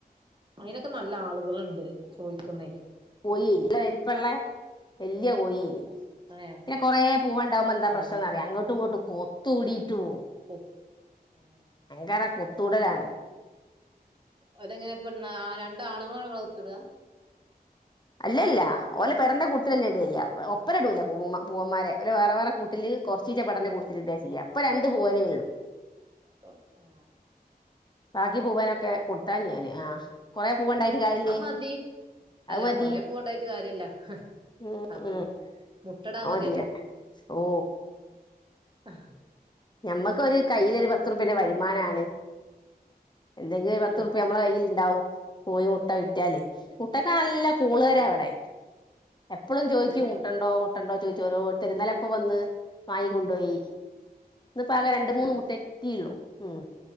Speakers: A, on the right; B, on the left.
A: അയ്നൊക്കെ നല്ല ആള്കള്ണ്ട് ചോയ്ക്കുന്നേ
B: കോയേനി നല്ല വെല് പ്പെല്ലേ വെല്ല്യ കോയേനി
A: ഏഹ്
B: പിന്നെ കൊറേ പൂവ്വണ്ടാവുമ്പോ എന്താ
A: അതെല്ലേ
B: പ്രശ്ന ന്നറിയോ അങ്ങോട്ടുങ്ങോട്ടു കൊ തൂടിട്ട്
A: ആഹ്
B: പോവും
A: കൊത്ത് ആഹ്
B: ഭയങ്കാര കൊ ത്തൂടലാണ്
A: ഓരെങ്ങനെ പൊണ്ണാ ആ രണ്ടാണ്ങ്ങ <unintelligible> കൊത്ത്ട
B: അല്ലല്ല ഓല പെടന്റെ കൂട്ടത്തിലെന്നെ ഇടെയ്യ ഒപ്പരടൂല പൂവ്വമ്മാ പൂവ്വമ്മാരെ ഓലെ വേറെ വേറെ കൂട്ടില് കൊർച്ചിച്ചെ പെടെന്റെ കൂട്ടത്തില് ഇടാ ചെയ്യാ ഇപ്പൊ രണ്ട് പൂവനെ
A: ഉം അപ്പം ആ
B: ബാക്കി പൂവനൊക്കെ കൊട്ത്താഞ്ഞ് ഞാന് ആ കൊറേ പൂവുണ്ടായിട്ട് കാര്യല്ലേ
A: ആ മതി,
B: അത്
A: അല്ല
B: മതി
A: കൊറെ പൂവണ്ടായിട്ട് കാര്യ ഇല്ല,
B: ഉം
A: അത് മതി
B: ഉം
A: മുട്ടടാ
B: അത്
A: മതിയല്ലോ
B: മതിയാ ഓ
A: ആ. ഹഅ.
B: ഞമ്മക്കൊരു കയ്യില ഒരു പത്ത് റുപ്യക്ക് വരുമാനാണ്. എന്തെങ്കിലും
A: സത്യ
B: ഒരു പത്ത് റുപ്യ നമ്മടെ കയ്യിൽ ഇണ്ടാവും. കോയി ഉ മുട്ട വിറ്റാല്
A: അതെ
B: മുട്ടക്കെ നല്ല കോളാരവടെ
A: അതെ അതെ
B: എപ്പോഴും ചോദിക്കും
A: അതെല്ലേ
B: മുട്ടണ്ടോ മുട്ടണ്ടോ ചോദി ചോരോരുതര് ന്നലപ്പവന്ന് വാങ്ങി കുണ്ടോയി ഇന്ന്പ്പോ അകെ രണ്ട്
A: ആഹ്
B: മൂന്ന് മുട്ടേ കിട്ടീള്ളൂ ഉം